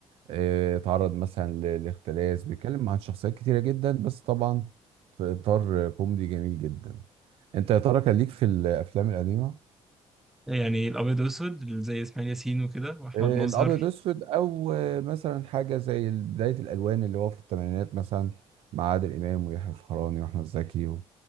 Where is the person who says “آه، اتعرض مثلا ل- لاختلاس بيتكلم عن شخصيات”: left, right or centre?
Right